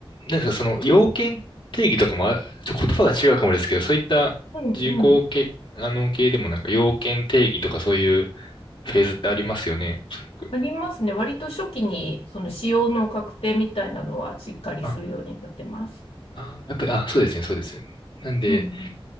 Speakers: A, on the left; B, on the left.
A: なんですか、その要件定義とかもあ、ちょ言葉が違うかもですけど、そういった重工系、
B: ん
A: あの系でもなんか要件定義とかそういうフェーズってありますよね、おそらく。
B: ありますね。割と初期に、その使用の確定みたいなのはしっかりするようになってます。
A: あ、あ、やっぱり、あ、そうですね、そうですよね。なんで、
B: うん。